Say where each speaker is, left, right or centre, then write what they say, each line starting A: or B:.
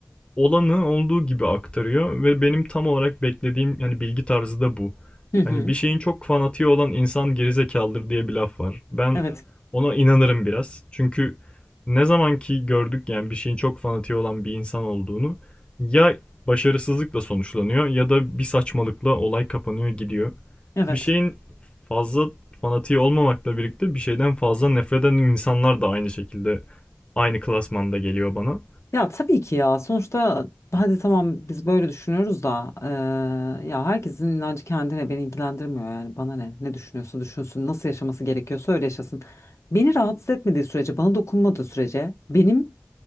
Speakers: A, on the left (about 20°); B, on the left (about 60°).
A: olanı olduğu gibi aktarıyor ve benim tam olarak beklediğim yani bilgi tarzı da bu.
B: Hı hı.
A: Hani bir şeyin çok fanatiği olan insan gerizekalıdır diye bir laf var. Ben
B: Evet.
A: ona inanırım biraz. Çünkü ne zaman ki gördük yani bir şeyin çok fanatiği olan bir insan olduğunu ya başarısızlıkla sonuçlanıyor ya da bir saçmalıkla olay kapanıyor gidiyor.
B: Evet.
A: Bir şeyin fazla fanatiği olmamakla birlikte bir şeyden fazla nefret eden insanlar da aynı şekilde aynı klasmanda geliyor bana.
B: Ya tabii ki ya sonuçta hadi tamam biz böyle düşünüyoruz da eee, ya herkesin inancı kendine beni ilgilendirmiyor yani bana ne ne düşünüyorsa düşünsün nasıl yaşaması gerekiyorsa öyle yaşasın. Beni rahatsız etmediği sürece bana dokunmadığı sürece benim